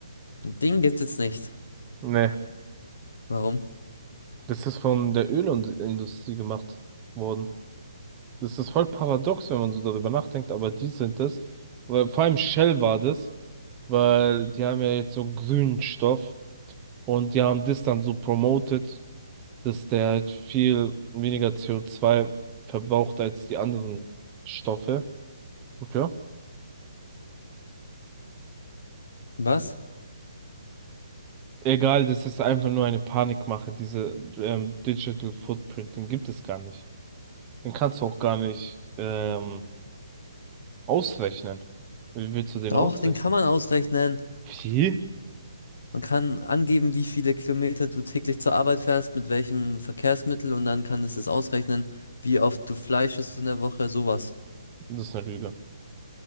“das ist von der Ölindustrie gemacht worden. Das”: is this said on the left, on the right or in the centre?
Right